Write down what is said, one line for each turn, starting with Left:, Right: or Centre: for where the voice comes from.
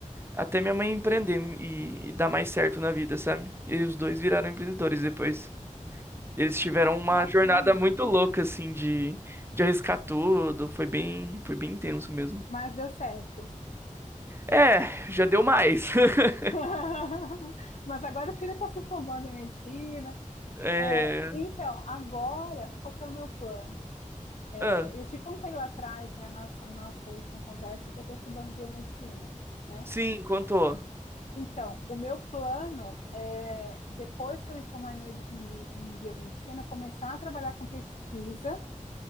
Right: Até minha mãe empreender e, e dar mais certo na vida, sabe? E os dois viraram empreendedores depois. Eles tiveram
Left: Nossa,
Right: uma
Left: que bacana.
Right: jornada muito louca, assim, de, de arriscar tudo. Foi bem, foi bem intenso mesmo.
Left: Mas deu certo.
Right: É, já deu mais. <laughs>
Left: <laughs> Mas agora o filho está se formando em medicina.
Right: É.
Left: É, então, agora, qual que é o meu plano? É,
Right: ah,
Left: eu te contei lá atrás, né, na nossa, nossa última conversa, que eu estou estudando biomedicina, né?
Right: sim, contou.
Left: Então, o meu plano é, depois que eu me formar em, bio- em biomedicina, começar a trabalhar com pesquisa